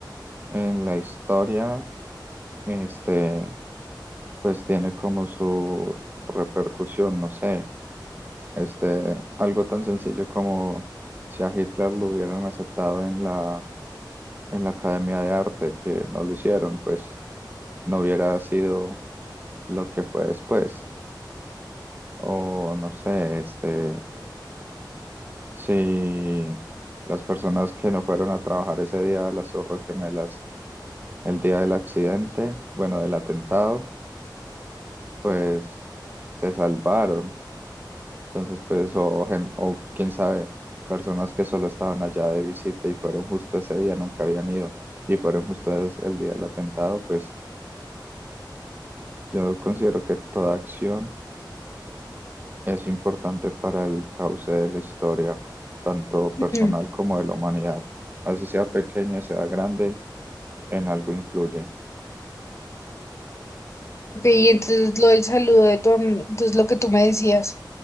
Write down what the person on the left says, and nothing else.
Ujú,
Ok, y entonces lo del saludo de tu am- entonces lo que tú me decías